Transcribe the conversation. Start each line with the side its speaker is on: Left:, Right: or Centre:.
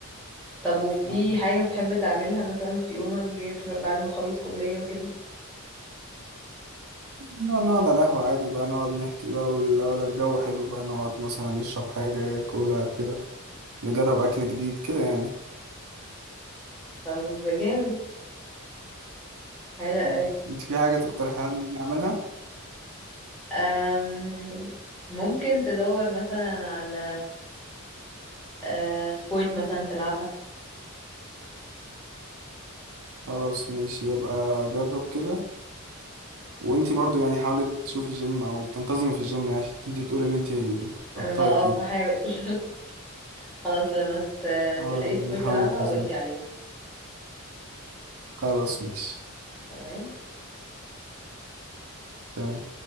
Centre: طب وفي
Right: آه.
Centre: حاجة بتحب تعملها مثلا في يومك غير بعد ما تخلص كلية وكده
Right: نقعد نقعد على القهوة عادي بقى نقعد نحكي بقى ولو لو الجو حلو بقى نقعد مثلا نشرب حاجة كولا كده نجرب أكل جديد كده يعني
Centre: طب جامد حلو
Right: مم.
Centre: قوي
Right: انت في حاجة تقترحها لي نعملها؟
Centre: أم، ممكن تدور مثلا على أه، سبورت مثلا تلعبها
Right: خلاص ماشي يبقى جرب كده وانت برضو يعني حاولي تشوفي جيم أو تنتظمي في الجيم يعني عشان انت بتقولي ان انت بتقطعي
Centre: لما اه
Right: فيه
Centre: بحاول <laughs> خلاص لما ت-
Right: اه
Centre: تلاقي
Right: يعني
Centre: سبورت
Right: حاولي
Centre: تلعبها
Right: تنتظمي
Centre: قولي عليها
Right: خلاص ماشي
Centre: تمام
Right: تمام